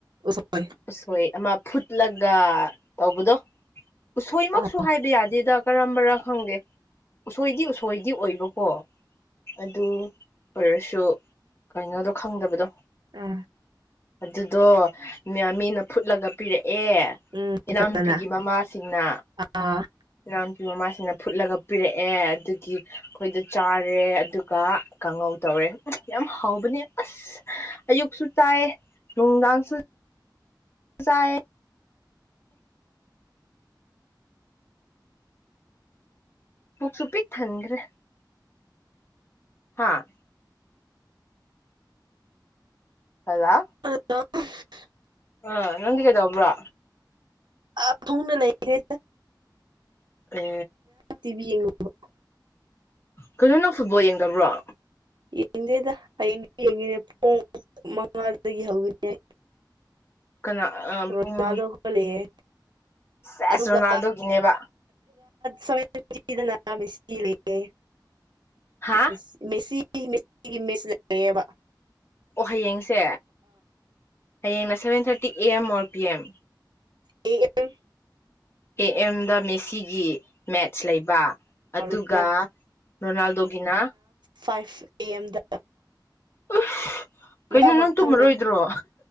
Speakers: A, on the right; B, on the left.
A: ꯎꯁꯣꯏ
B: ꯑꯁꯣꯏ ꯑꯃ ꯐꯨꯠꯂꯒ ꯇꯧꯕꯗꯣ ꯁꯣꯏꯃꯛꯁꯨ
A: ꯎꯝ
B: ꯍꯥꯏꯕ ꯌꯥꯗꯦꯗ ꯀꯔꯝꯕꯔ ꯈꯪꯗꯦ ꯎꯁꯣꯏꯗꯤ ꯎꯁꯣꯏꯗꯤ ꯑꯣꯏꯕꯀꯣ ꯑꯗꯨ ꯑꯣꯏꯔꯁꯨ ꯀꯩꯅꯣꯗꯣ ꯈꯪꯗꯕꯗꯣ
A: ꯑꯥ
B: ꯑꯗꯨꯗꯣ ꯃꯤꯅ ꯐꯨꯠꯂꯒ ꯄꯤꯔꯛꯑꯦ ꯑꯦ
A: ꯎꯝ
B: ꯏꯅꯥꯎꯅꯨꯄꯤꯒꯤ
A: ꯀꯅꯥ
B: ꯃꯃꯥꯁꯤꯡꯅ
A: ꯑꯥ
B: ꯏꯅꯥꯎ ꯅꯨꯨꯄꯤ ꯃꯃꯥꯁꯤꯡꯅ ꯐꯨꯠꯂꯒ ꯄꯤꯔꯛꯑꯦ ꯑꯗꯨꯒꯤ ꯑꯩꯈꯣꯏꯗ ꯆꯥꯔꯦ ꯑꯗꯨꯒ ꯀꯥꯡꯉꯧ ꯇꯧꯔꯦ ꯌꯥꯝ ꯍꯥꯎꯕꯅꯦ ꯑꯁ ꯑꯌꯨꯛꯁꯨ ꯆꯥꯏ ꯅꯨꯡꯗꯥꯡꯁꯨ ꯃꯁꯑ ꯎꯨꯛꯁꯨꯨꯄꯤꯤ ꯊꯗ꯭ꯔꯦ ꯍꯥꯥ ꯍꯗ
A: <unintelligible> <unintelligible>
B: ꯑ ꯅꯗꯨ ꯀꯩꯗꯕ꯭ꯔꯥ
A: ꯑ ꯇꯨꯡꯅ ꯂꯩꯔꯦ
B: ꯑꯦ
A: ꯇꯤꯕꯤ ꯌꯦꯉ
B: ꯀꯩꯅꯣꯅ ꯐꯨꯠꯕꯣꯜ ꯌꯦꯡꯗꯕ꯭ꯔꯣ
A: ꯌꯦꯡꯗꯦꯗ ꯍꯌꯦꯩꯅ ꯌꯦꯡꯉꯤꯅꯦ ꯄꯨꯡ ꯃꯉꯥꯗꯒꯤ ꯍꯧꯒꯅꯦ
B: ꯀꯅꯥ
A: ꯔꯣꯖꯥꯗꯣ
B: ꯄꯨꯡ
A: ꯈꯣ ꯂꯩ
B: ꯁꯦꯁ
A: ꯑꯗꯨꯒ
B: ꯔꯣꯅꯥꯜꯗꯣꯒꯤꯅꯦꯕ
A: ꯁꯅꯁꯤ ꯂꯩꯦꯦꯁꯤ
B: ꯍꯥ
A: ꯑꯩꯒꯤ ꯃꯤꯁ ꯂꯩ ꯂꯩꯕ
B: ꯑꯣ ꯍꯌꯦꯡꯁꯦ ꯍꯌꯦꯡꯅ seven thirty A M or P M
A: ꯌꯦ ꯀꯝ
B: ꯑꯦ ꯑꯦꯝꯗ ꯃꯦꯁꯤꯒꯤ ꯃꯦꯠꯁ ꯂꯩꯕ ꯑꯗꯨꯒ
A: ꯑꯦꯝ
B: ꯔꯣꯅꯥꯜꯗꯣꯒꯤꯅ
A: ꯐꯥꯏꯚ ꯑꯦ ꯑꯦꯝꯗ
B: ꯎ ꯀꯩꯅꯣ
A: ꯃꯊꯪ
B: ꯅꯪ
A: ꯃꯊꯪꯅꯦ
B: ꯇꯨꯝꯃꯔꯣꯏꯗ꯭ꯔꯣ